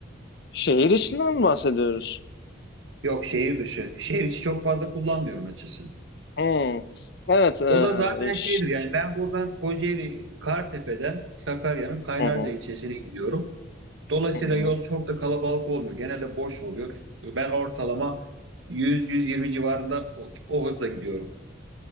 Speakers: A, on the left; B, on the right.
A: Şehir içinden mi bahsediyoruz?
B: Yok şehir dışı. Şehir içi çok fazla kullanmıyorum açıkçası.
A: Hmm. Evet. E,
B: O da zaten
A: ş-
B: şeydir yani ben buradan Kocaeli Kartepe'den Sakarya'nın Kaynarca
A: hı hı.
B: ilçesine gidiyorum. Dolayısıyla
A: Hı hı.
B: yol çok da kalabalık olmuyor. Genelde boş oluyor. Ben ortalama yüz yüz yirmi civarında o, o hızla gidiyorum.